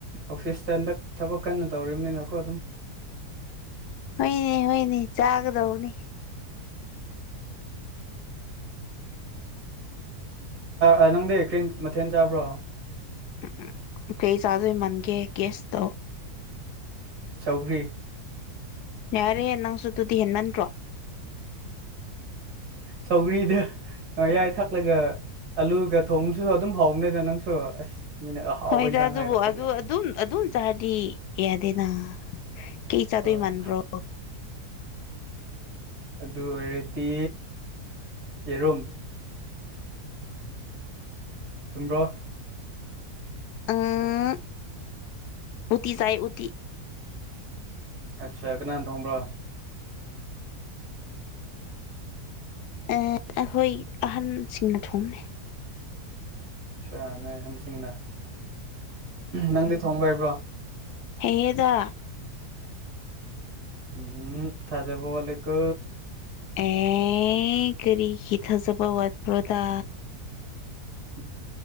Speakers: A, on the right (about 70°); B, on the left (about 75°).
A: ꯑꯣꯐꯤꯁꯇ ꯍꯟꯗꯛ ꯊꯕꯛ ꯀꯟꯅ ꯇꯧꯔꯤꯕꯅꯤꯅꯀꯣ ꯑꯗꯨꯝ
B: ꯍꯣꯏꯅꯦ ꯍꯣꯏꯅꯦ ꯆꯥꯒꯗꯧꯅꯤ
A: ꯑꯩ ꯅꯪꯗꯤ ꯀꯔꯤ ꯃꯊꯦꯜ ꯆꯥꯕ꯭ꯔꯣ
B: ꯎꯝ ꯎꯝ ꯀꯩ ꯆꯥꯗꯣꯏ ꯃꯥꯟꯒꯦ ꯒꯦꯁꯇꯧ
A: ꯁꯧꯒꯔꯤ
B: ꯌꯥꯔꯦꯍꯦ ꯅꯪꯁꯨ ꯑꯗꯨꯨꯗꯤ ꯍꯦꯟꯃꯟꯗ꯭ꯔꯣ
A: ꯁꯧꯒꯔꯤꯗ ꯑ ꯌꯥꯏ ꯊꯛꯂꯒ ꯑꯂꯨꯒ ꯊꯣꯡꯗꯨꯁꯨ ꯑꯗꯨꯝ ꯍꯥꯎꯕꯅꯦꯗ ꯅꯪꯁꯨ ꯑꯁ ꯃꯤꯅ ꯑꯍꯥꯎꯕ
B: ꯍꯣꯏꯗ
A: ꯏꯟꯁꯥꯡ
B: ꯑꯗꯨꯕꯨ
A: ꯍꯥꯏꯔꯛꯂꯒ
B: ꯑꯗꯨ ꯑꯗꯨꯝ ꯑꯗꯨꯝ ꯆꯥꯔꯗꯤ ꯌꯥꯗꯦꯅ ꯀꯩ ꯆꯥꯗꯣꯏ
A: ꯑꯣ
B: ꯃꯥꯟꯕ꯭ꯔꯣ
A: ꯑꯗꯨ ꯑꯣꯏꯔꯗꯤ ꯌꯦꯔꯨꯝ ꯆꯨꯝꯕ꯭ꯔꯣ
B: ꯑꯥ ꯎꯇꯤ ꯆꯥꯏ ꯎꯇꯤ
A: ꯑꯆꯥ ꯀꯅꯥ ꯊꫭꯡꯕꯔꫭ
B: ꯑꯥ ꯑꯩꯈꯣꯏ ꯑꯍꯟꯁꯤꯡꯅ ꯊꯣꯡꯅ
A: ꯑ ꯅꯣꯏ ꯍꯟꯁꯤꯡꯅ ꯅꯪꯗꯤ ꯊꯣꯡꯕ ꯍꯩꯕ꯭ꯔꯣ
B: ꯍꯩꯌ‌ꯦꯗ
A: ꯎꯝ ꯊꯥꯖꯕ ꯋꯥꯂꯤꯀꯣ
B: ꯑꯦ ꯀꯔꯤꯒꯤꯤ ꯊꯥꯖꯕ ꯋꯥꯠꯄ꯭ꯔꯗ
A: ꯎꯝ